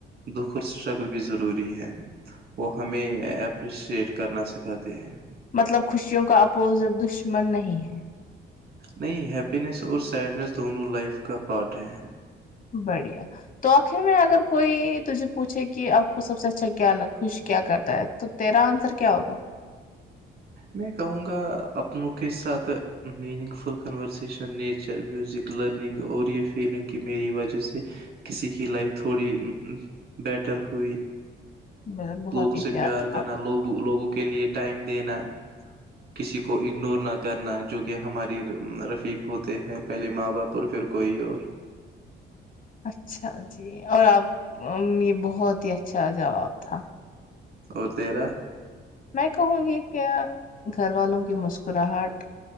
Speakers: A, on the right; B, on the left.
A: دکھ اور اسٹرگل بھی ضروری ہے وہ ہمیں اپریشٹ کرنا سکھاتے ہیں
B: مطلب خوشیوں کا اپوزٹ دشمن نہیں ہے
A: نہیں ہیپینیس اور سیڈنیس دونوں لائف کا پارٹ ہے
B: بڑی تو آخر میں اگر کوئی تجھے پوچھے کہ آپ کو سب سے اچھا کیا خوش کیا کرتا ہے تو تیرا آنسر کیا ہوگا
A: میں کہوں گا اپنوں کے ساتھ meaningful conversation nature music learning اور یہ فیلنگ کہ میری وجہ سے کسی کی لائف تھوڑی بیٹر ہوئی
B: میرا بہت
A: لوگوں
B: ہی
A: سے پیار
B: جواب
A: کرنا لوگ لوگوں کے لیے ٹائم دینا کسی کو اگنور نہ کرنا جو کہ ہماراری رفیق ہوتے ہیں پہلے ماں باپ اور پھر کوئی اور
B: اچھا جی اور آپ یہ بہت ہی اچھا جواب تھا
A: اور تیرا
B: میں کہوں گی کیا گھر والوں کی مسکراہٹ